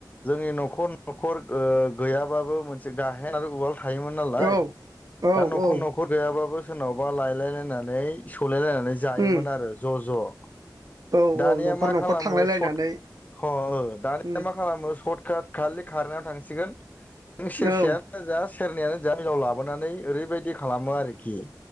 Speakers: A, on the left; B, on the right.
A: जोंनि न'खर न'खर ओ गैयाबाबो मोनसे गाहेन आरो उवाल थायोमोन नालाय
B: औ औ
A: दा न'खर
B: औ
A: न'खर गैयाबाबो सोरनावबा लायलाय लायनानै सौलाय लायनानै
B: उम
A: मोन आरो ज' ज'
B: औ
A: दानिया
B: औ न'खर
A: मा
B: न'खर
A: खालामो
B: थांलायलायनानै
A: सथ ह हो दानिया
B: उम
A: मा खालामो सथ काट खालि खारनायाव थांसिगोन नों सेरसेयानो
B: औ
A: जा सेरनैयानो जा मिलाव लाबोनानै ओरैबायदि खालामो आरोखि